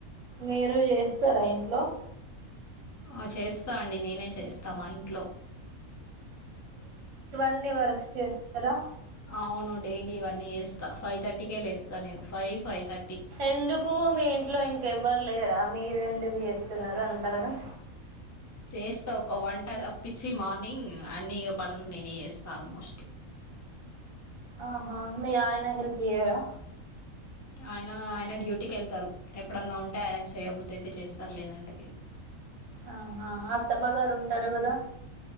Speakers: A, on the right; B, on the left.
A: మీరు చేస్తారా ఇంట్లో
B: ఆ చేస్తా అండి నేనే చేస్తామా ఇంట్లో
A: అన్ని వర్క్స్ చేస్తారా
B: అవును డైలీ అన్నీ చేస్తా ఫైవ్ థర్టీకే లేేస్తాను నేను ఫైవ్ ఫైవ్ థర్టీ
A: ఎందుకు మీ ఇంట్లో ఇంకెవ్వరు లేరా మీరెందుకు చేస్తున్నారు అంతగానం
B: చేస్తా ఒక వంట తప్పచ్చి మార్నింగ్ అన్ని పనులు నేనే చేస్తా ఆల్మోస్ట్
A: ఆహా అ ఆయనా హెల్ప్ చేయరా
B: ఆయన ఆయన డ్యూటీకి వెళ్తారు ఎప్పుడన్నా ఉంటే ఆయనకు చేయబుద్ధి అయితే చేస్తారు లేదంటే లేదు
A: ఆహా అత్తమ్మ గారు ఉంటారు కదా